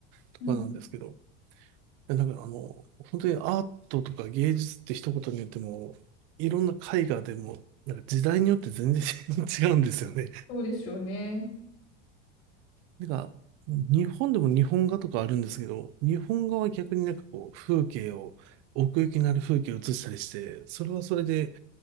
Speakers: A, on the right (about 35°); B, on the left (about 75°).
A: とかなんですけど、
B: うん
A: や、だからあの、本当にアートとか芸術って一言に言っても、いろんな絵画でも、なんか時代によって全然 <laughs> 違うんですよね。
B: そうですよね。
A: なんか、日本でも日本画とかあるんですけど、日本画は逆になんかこう、風景を、奥行きのある風景を写したりして、それはそれで、